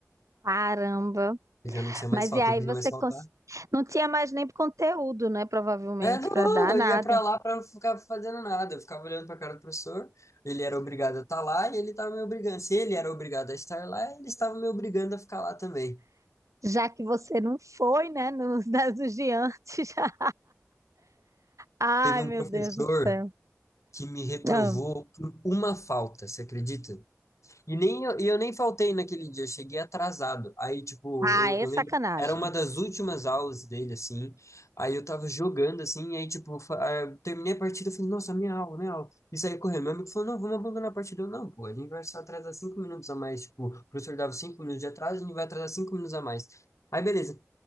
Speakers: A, on the right; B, on the left.
A: caramba.
B: Eu já não tinha mais
A: Mas
B: falta,
A: e aí
B: não podia
A: você
B: mais faltar.
A: cons- não tinha mais nem conteúdo, né? Provavelmente,
B: É, não,
A: para dar
B: eu
A: nada.
B: ia pra lá pra não ficar fazendo nada. Eu ficava olhando pra cara do professor. Ele era obrigado a estar lá e ele estava me obrigando. Se ele era obrigado a estar lá, ele estava me obrigando a ficar lá também.
A: Já que você não foi, né? Nos <laughs> das do diante <laughs> já. Ai,
B: Teve um
A: meu
B: professor
A: Deus do céu.
B: que me reprovou
A: Não.
B: por uma falta, você acredita? E nem eu, e eu nem faltei naquele dia, eu cheguei atrasado. Aí, tipo,
A: Ah,
B: eu,
A: é
B: eu
A: sacanagem.
B: lembro, era uma das últimas aulas dele, assim. Aí eu tava jogando, assim, e aí, tipo, fa- ah, eu terminei a partida, eu falei, nossa, minha aula, minha aula. E saí correndo. Meu amigo falou, não, vamos abandonar a partida. Eu, não, pô, a gente vai só atrasar cinco minutos a mais. Tipo, o professor dava cinco minutos de atraso, a gente vai atrasar cinco minutos a mais. Aí, beleza.